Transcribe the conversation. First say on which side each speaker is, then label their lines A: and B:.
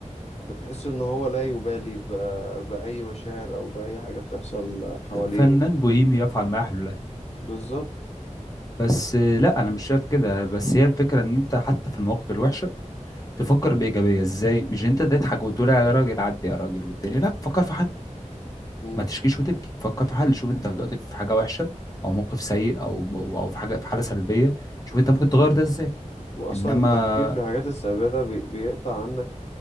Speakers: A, on the left; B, on the left.
A: بتحس ان هو لا يبالي ب... بأي مشاعر او بأي حاجة بتحصل حواليه
B: فنان بوهيمي يفعل ما يحلو له
A: بالظبط
B: بس لا انا مش شايف كده بس هي الفكره ان انت حتى في المواقف الوحشه تفكر
A: مم.
B: بايجابيه ازاي مش إن انت تضحك وتقول يا راجل عدي يا راجل والدنيا لا فكر في حل
A: مم.
B: ما تشكيش وتبكي فكر في حل شوف انت دلوقتي في حاجه وحشه او موقف سيء او او, أو في حاجه في حاله سلبيه شوف انت ممكن تغير ده ازاي
A: واصلا
B: انما
A: التفكير في الحاجات السلبية ده بي- بيقطع عنك